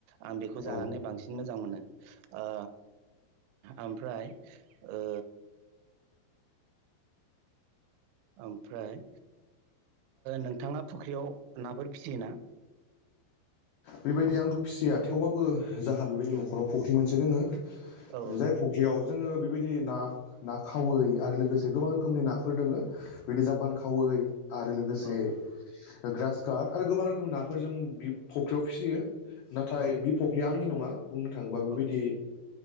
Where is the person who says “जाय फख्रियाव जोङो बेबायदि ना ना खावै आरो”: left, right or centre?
Left